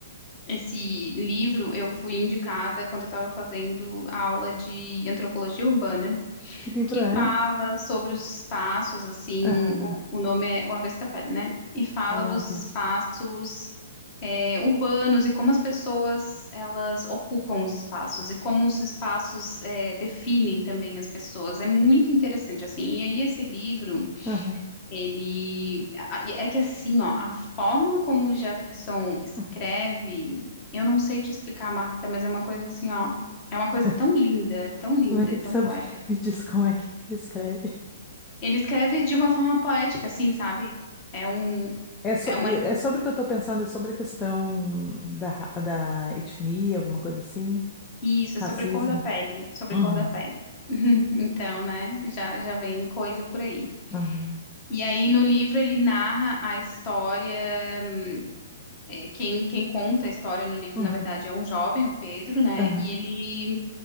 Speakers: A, on the left; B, on the left.
A: esse livro eu fui indicada quando eu estava fazendo a aula de antropologia urbana
B: Que livro
A: que
B: é?
A: fala sobre os espaços, assim,
B: Aham.
A: o, o nome é O Avesso da Pele, né? E fala
B: Ao
A: dos
B: avesso.
A: espaços é, urbanos e como as pessoas elas ocupam os espaços e como os espaços é, definem também as pessoas. É muito interessante, assim. E aí esse livro,
B: Aham,
A: ele... a- É que assim, ó, a forma como o Jefferson escreve,
B: aham.
A: eu não sei te explicar, Marta, mas é uma coisa assim, ó, é uma coisa
B: <laughs>
A: tão linda, tão linda
B: Tu vai ter
A: e
B: que
A: tão
B: saber.
A: poética
B: Me diz como é que que ele escreve.
A: Ele escreve de uma forma poética, assim, sabe? É um,
B: É, so-
A: é uma,
B: é sobre o que eu estou pensando, é sobre a questão da, ra- da etnia, alguma coisa assim?
A: isso, é
B: Racismo?
A: sobre cor da pele, sobre
B: Uhum,
A: cor da pele. <laughs> Então, né, já, já vem coisa por aí.
B: aham,
A: E aí, no livro, ele narra a história, eh, quem, quem conta a história no livro,
B: uhum,
A: na verdade, é um jovem, o Pedro, né,
B: aham,
A: e ele